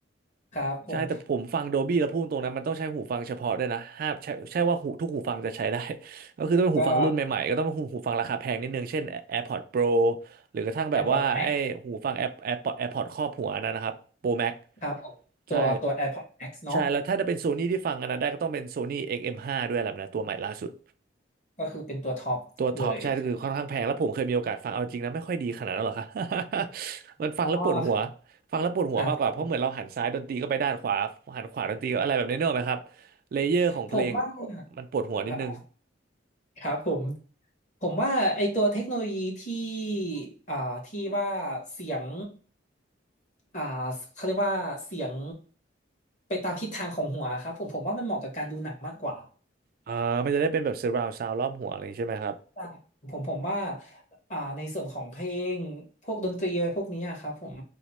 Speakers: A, on the left; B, on the right.
A: ครับผม
B: ใช่แต่ผมฟัง Dolby แล้วพูดตรงนั้นมันต้องใช้หูฟังเฉพาะด้วยนะห้ามใช่ใช่ว่าหูทุกหูฟังจะใช้ได้ <laughs> ก็คือต้องเป็นหูฟังรุ่นใหม่ๆก็ต้องเป็นหูหูฟังราคาแพงนิดนึงเช่น
A: ก็
B: AirPods Pro หรือกระทั่งแบบว่าไอ้หูฟัง
A: AirPods Max
B: Air AirPods AirPods ครอบหัวนั่นนะครับ Pro Max
A: ครับผมตัวตัว
B: ใช่
A: AirPods Max เนาะ
B: ใช่แล้วถ้าจะเป็นโซนี่ที่ฟังอันนั้นได้ก็ต้องเป็นโซนี่ XM5 ด้วยแหละนะตัวใหม่ล่าสุด
A: ก็คือเป็นตัวท็อปเลย
B: ตัวท็อปใช่ก็คือค่อนข้างแพงแล้วผมเคยมีโอกาสฟังเอาจริงนะไม่ค่อยดีขนาดนั้นหรอก <laughs> ค่ะ <laughs> มันฟังแล้วปวดหัว
A: อ๋อครับ
B: ฟังแล้วปวดหัวมากกว่าเพราะเหมือนเราหันซ้ายดนตรีก็ไปด้านขวาหันขวาดนตรีก็อะไรแบบนี้เนกอะไหมครับ
A: ครับ
B: เลเยอร์ของเพลง
A: ผมว่า
B: มันปวดหัวนิดนึง
A: อ่าอ่าครับผมผมว่าไอตัวเทคโนโลยีที่อ่าที่ว่าเสียงอ่าเขาเรียกว่าเสียงไปตามทิศทางของหัวครับผมผมว่ามันเหมาะกับการดูหนังมากกว่า
B: อ่ามันจะได้เป็นแบบ surround sound รอบหัวอะไรอย่างนี้ใช่ไหมครับ
A: ใช่ผมผมว่าอ่าในส่วนของเพลงพวกดนตรีอะไรพวกนี้อะครับผม